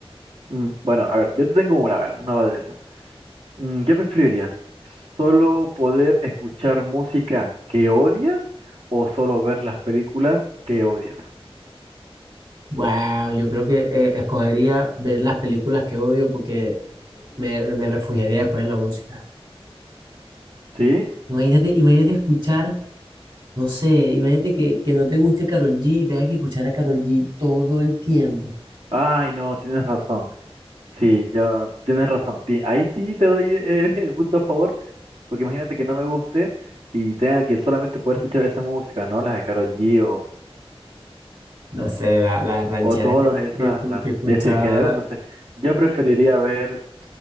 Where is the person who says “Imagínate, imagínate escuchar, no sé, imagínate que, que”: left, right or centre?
Right